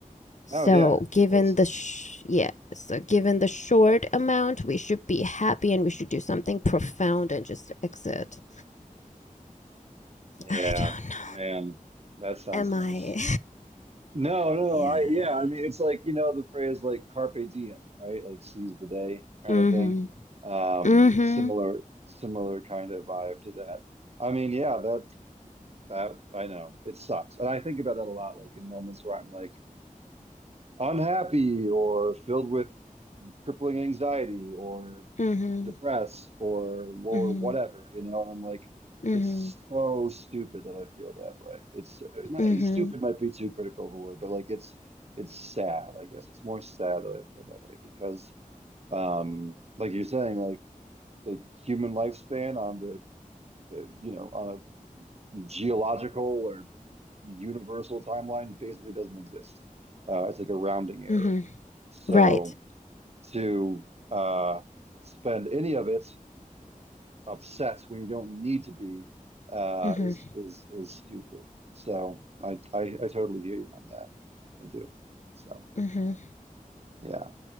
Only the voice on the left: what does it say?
so,
given
the sh- yeah, so given the short amount, we should be happy and we should do something profound and just exit.
I don't know.
Am
I?
<laughs>
yeah.
Mhm.
Mhm.
Mhm.
Mhm.
Mhm.
Mhm.
Mhm.
Right.
Mhm.
Mhm.